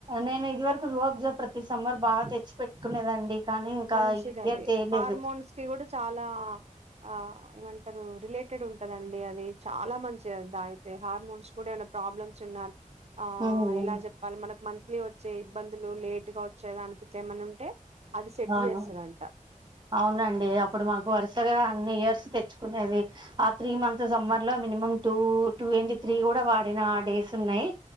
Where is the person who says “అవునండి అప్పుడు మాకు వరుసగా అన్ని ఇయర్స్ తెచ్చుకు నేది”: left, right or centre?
Right